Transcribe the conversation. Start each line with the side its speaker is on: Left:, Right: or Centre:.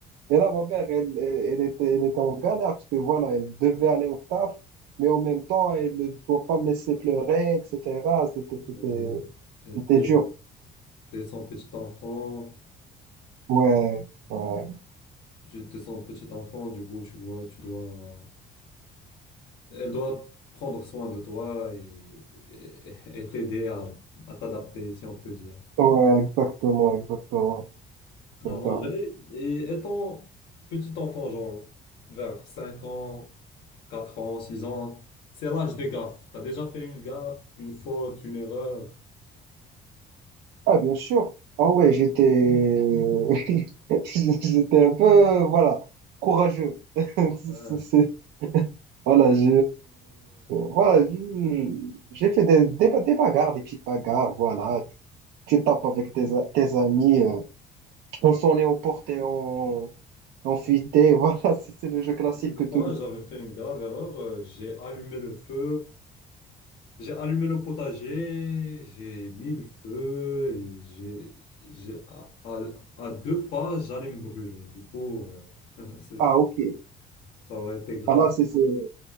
Right: Et là, ma mère, elle, elle était, elle était en galère parce que voilà, elle devait aller au taf, mais en même temps, elle ne doit pas me laisser pleurer, etc. C'était,
Left: Oui.
Right: c'était,
Left: Et
Right: c'était
Left: T'es
Right: dur.
Left: t'es son petit enfant.
Right: Ouais, ouais,
Left: tu te sens petit enfant, du coup, tu dois, tu dois, elle doit prendre soin de toi et et- et t'aider à, à t'adapter, si on peut dire.
Right: ouais, exactement, exactement.
Left: En
Right: C'est
Left: en
Right: ça.
Left: vrai, et étant petit enfant, genre vers 5 ans, 4 ans, 6 ans, c'est l'âge des gaffes. Tu as déjà fait une gaffe, une faute, une erreur.
Right: Ah, bien sûr. Ah ouais, j'étais <laughs> j'étais un peu euh, voilà, courageux. <laughs> C'est-
Left: Ah,
Right: c'est- Voilà, je voilà, je- j'ai fait des, des, des bagarres, des petites bagarres, voilà.
Left: oui.
Right: Tu tapes avec tes, a- tes amis, euh, on s'en est aux portes, porté, on, on fuitait, <laughs> voilà, c'est c'est le jeu classique
Left: Une une
Right: que
Left: fois,
Right: tout.
Left: j'avais fait une grave erreur. euh, J'ai allumé le feu J'ai allumé le potager, j'ai mis le feu, et j'ai, j'ai, à, à- à deux pas, j'allais me brûler. Du coup, euh, c'est-
Right: Ah, ok.
Left: ça aurait été grave.
Right: Ah là, c'est c'est-